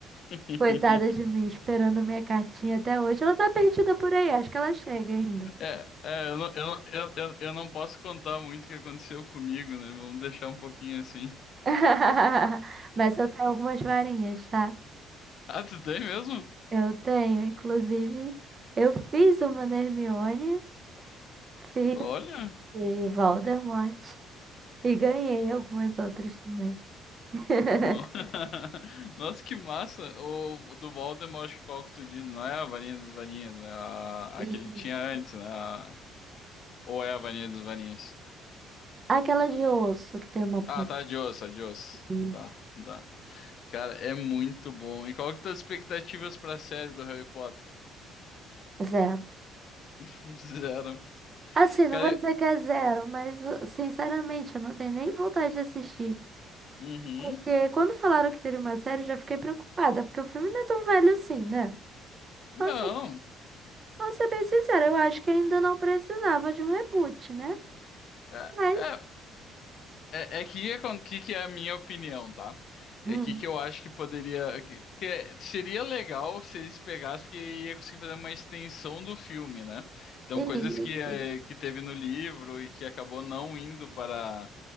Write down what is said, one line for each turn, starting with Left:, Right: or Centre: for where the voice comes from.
Left: <laughs>
Right: coitada de mim esperando minha cartinha até hoje. Ela tá perdida por aí, acho que ela chega ainda.
Left: É, é, eu não, eu, não- eu, eu, eu não posso contar muito o que aconteceu comigo, né? Vamos deixar um pouquinho assim.
Right: <laughs> Mas eu tenho algumas varinhas, tá?
Left: Ah, tu tem mesmo?
Right: Eu tenho, inclusive, eu fiz uma da Hermione, fiz
Left: Olha.
Right: de Voldemort e ganhei algumas outras também. <laughs>
Left: No- <laughs> Nossa, que massa! O do Voldemort, acho que qual que tu diz? Não é a varinha dos varinhas, né? A,
Right: E
Left: a que ele tinha antes, né? A- ou é a varinha dos varinhas?
Right: Aquela de osso que tem uma ponta.
Left: Ah, tá, de osso, a de osso.
Right: Isso.
Left: Tá, tá. Cara, é muito bom. E qual que tuas expectativas pra série do Harry Potter?
Right: Zero.
Left: <laughs> Zero.
Right: Assim,
Left: Cara,
Right: não vou
Left: eu-
Right: dizer que é zero, mas eu- sinceramente eu não tenho nem vontade de assistir.
Left: uhum.
Right: Porque quando falaram que teria uma série, eu já fiquei preocupada, porque o filme não é tão velho assim, né?
Left: Não.
Right: Nossa, vou ser bem sincera, eu acho que ainda não precisava de um reboot, né?
Left: É,
Right: Mas,
Left: é, É, é que, o que que é a minha opinião, tá? É
Right: hum,
Left: que que eu acho que poderia. que- Porque seria legal se eles pegassem, porque ia conseguir fazer uma extensão do filme, né? Então,
Right: isso.
Left: coisas que, eh, que teve no livro e que acabou não indo para,